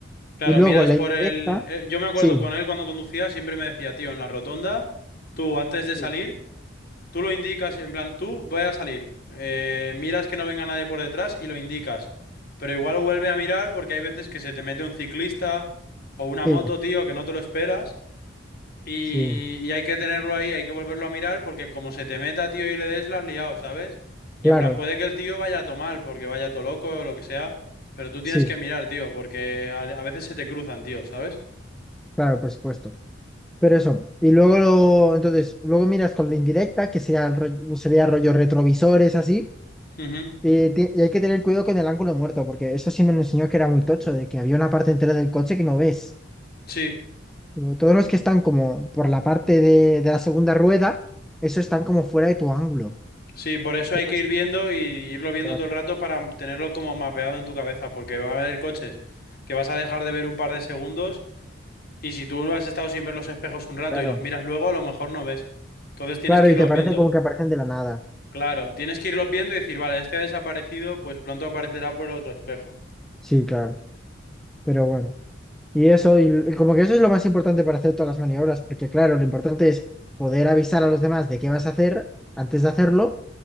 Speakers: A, on the left; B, in the centre.
A: Claro,
B: Y luego
A: miras
B: la
A: por
B: indirecta,
A: el... eh, Yo me acuerdo
B: sí,
A: con él cuando conducía, siempre me decía, tío, en la rotonda, tú antes de
B: sí,
A: salir, tú lo indicas, en plan, tú voy a salir, eh, miras que no venga nadie por detrás y lo indicas. Pero igual vuelve a mirar porque hay veces que se te mete un ciclista o una
B: sí,
A: moto, tío, que no te lo esperas y,
B: sí,
A: y hay que tenerlo ahí, hay que volverlo a mirar porque como se te meta, tío, y le des, las has liado, ¿sabes? Y
B: claro,
A: en plan, puede que el tío vaya a tomar porque vaya todo loco o lo que sea, pero tú
B: sí,
A: tienes que mirar, tío, porque a, a veces se te cruzan, tío, ¿sabes?
B: claro, por supuesto. Pero eso, y luego, lo- entonces, luego miras con la indirecta, que sea el rollo- sería rollo retrovisores, así,
A: Ujú.
B: y, ti- y hay que tener cuidado con el ángulo muerto, porque eso sí me lo enseñó que era muy tocho, de que había una parte entera del coche que no ves.
A: Sí,
B: Como todos los que están como por la parte de, de la segunda rueda, eso están como fuera de tu ángulo.
A: sí, por eso
B: Y
A: hay
B: pues,
A: que ir viendo y irlo viendo
B: Claro,
A: todo el rato para tenerlo como mapeado en tu cabeza, porque va a haber coches que vas a dejar de ver un par de segundos y si tú has estado sin ver los espejos un rato
B: claro,
A: y los miras luego, a lo mejor no ves. Entonces tienes
B: claro,
A: que
B: y
A: irlos
B: te parece
A: viendo.
B: como que aparecen de la nada.
A: Claro, tienes que irlos viendo y decir, vale, este ha desaparecido, pues pronto aparecerá por el otro espejo.
B: Sí, claro, pero bueno. Y eso, y, l- como que eso es lo más importante para hacer todas las maniobras, porque claro, lo importante es poder avisar a los demás de qué vas a hacer antes de hacerlo